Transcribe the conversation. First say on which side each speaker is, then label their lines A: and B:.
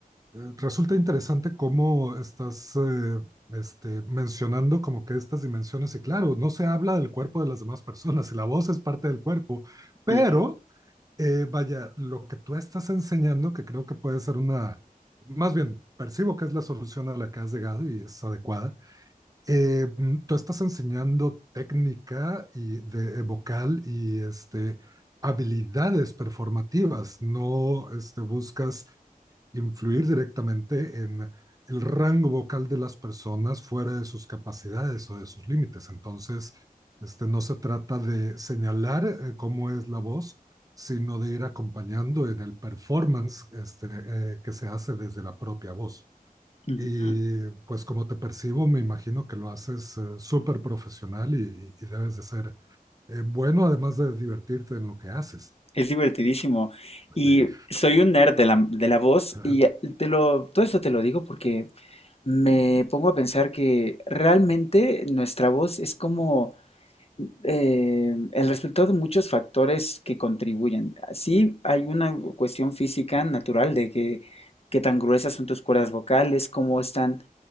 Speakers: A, on the right; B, on the left.
A: resulta interesante cómo estás eh, este, mencionando como que estas dimensiones, y claro, no se habla del cuerpo de las demás personas <laughs> y la voz es parte del cuerpo, pero
B: Ujú,
A: eh, vaya, lo que tú estás enseñando, que creo que puede ser una, más bien, percibo que es la solución a la que has llegado y es adecuada, eh, mm, tú estás enseñando técnica y de, eh, vocal y este, habilidades performativas, no este, buscas influir directamente en el rango vocal de las personas fuera de sus capacidades o de sus límites. Entonces, este, no se trata de señalar eh, cómo es la voz, sino de ir acompañando en el performance este, eh, que se hace desde la propia voz.
B: ujú.
A: Y pues como te percibo, me imagino que lo haces eh, súper profesional y, y debes de ser eh, bueno, además de divertirte en lo que haces.
B: Es divertidísimo. Y
A: Sí.
B: soy un nerd de la, de la voz
A: <laughs>
B: y eh, te lo, todo esto te lo digo porque me pongo a pensar que realmente nuestra voz es como eh, el resultado de muchos factores que contribuyen. Sí, hay una cuestión física natural de que, qué tan gruesas son tus cuerdas vocales, cómo están